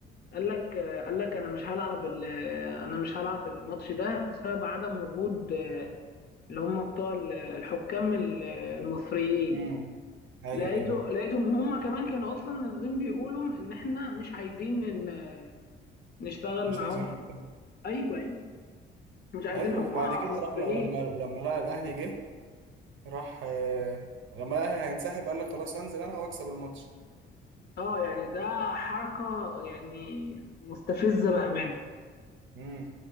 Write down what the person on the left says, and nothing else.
قال لك قال لك انا مش هلعب ال- انا مش هلعب الماتش ده بسبب عدم وجود اللي هم بتوع ال- الحكام ال- المصريين
لقيته
لقيتهم هم كمان كانوا اصلا نازلين بيقولوا ان احنا مش عايزين إن- نشتغل
معاهم
في
ايوه مش عايزين
حكومة
مصريين
اه يعني ده حركة يعني مستفزة بأمانة